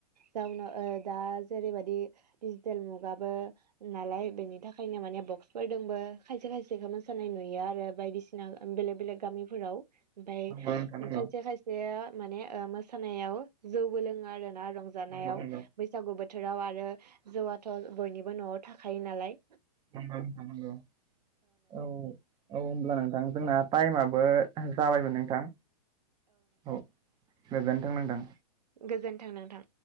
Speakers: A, on the right; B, on the right.
A: जाउनाव दा जेरैबायदि डिजिटेल मुगाबो नालाय बेनि थाखायनो माने बक्सफोरदोंबो खायसे खायसेखौ मोसानाय नुयो आरो बायदिसि ना बेलेग बेलेग गामिफोराव ओमफ्राय
B: नंगौ
A: खायसे
B: नोंथां नंगौ
A: खायसे खायसेया माने ओ मोसानायाव जौबो लोङो आरोना रंजानायाव
B: नंगौ नंगौ
A: बैसागु बोथोराव आरो जौआथ' बयनिबो न'आव थाखायो नालाय
B: नंगौ नोंथां नंगौ औ औ होनब्ला नोंथां जोंना टाइमाबो जाबायमोन नोंथां औ गोजोनथों नोंथां।
A: गोजोन्थों नोंथां